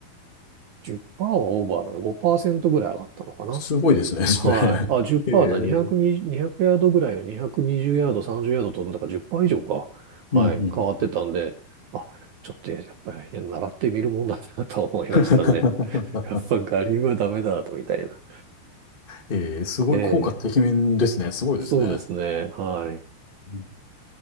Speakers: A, on the right; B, on the left.
A: ?10% はオーバーだな、5%ぐらい上がったのかな
B: すごいですね、それ。
A: はい。あ、10%
B: ええ。う
A: だ。220、200ヤードぐらいが220ヤード、30ヤード飛んだから10%以上か。
B: んうんうん。
A: はい。変わってたんで、あ、ちょっとやっぱり習ってみるもんだなと思いましたね。
B: <laughs>
A: <laughs> やっぱ我流はダメだと、みたいな。
B: ええ、すごい、
A: ええ、
B: 効果てきめんですね。すごいですね。
A: そうですね。はい。
B: うん